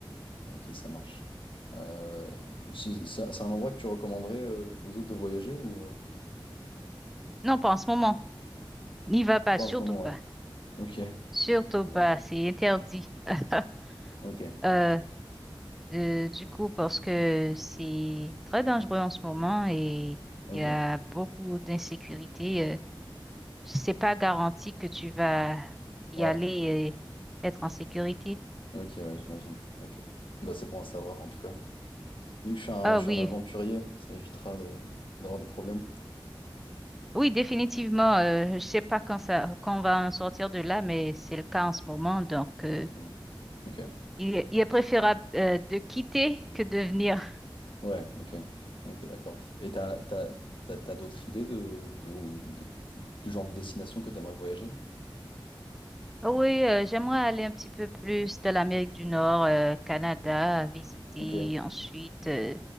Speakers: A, on the left; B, in the centre.
A: Ok, ça marche. Euh, si- c'est c'est un endroit que tu recommanderais euh, aux autres de voyager ou euh,
B: Non, pas en ce moment. N'y va pas,
A: pas
B: surtout
A: en ce moment,
B: pas.
A: ouais. Ok,
B: Surtout
A: <laughs> ok,
B: pas,
A: d'accord.
B: c'est interdit. <laughs>
A: Ok,
B: Euh, de- du coup, parce que c'est très dangereux en ce moment et
A: ok,
B: il y a beaucoup d'insécurité. euh, c'est pas garanti que tu vas y
A: ouais,
B: aller et être en sécurité.
A: ok, ouais, j'imagine. Ok, bah c'est bon à savoir en tout cas. Vu que je suis un,
B: Ah
A: je
B: oui,
A: suis un aventurier, ça m'évitera de- d'avoir des problèmes.
B: Oui, définitivement. euh, je ne sais pas quand ça, quand on va en sortir de là, mais c'est le cas en ce moment. Donc, euh,
A: Hmm. Ok.
B: il, est il est préférable euh, de quitter que de venir. <laughs>
A: Ouais, ok. Ok, d'accord. Et t'as, t'as, t'as, t'as d'autres idées de, de, de- du genre de destination que t'aimerais voyager?
B: Oui, euh, j'aimerais aller un petit peu plus de l'Amérique du Nord, euh, Canada, visiter
A: Ok.
B: ensuite euh,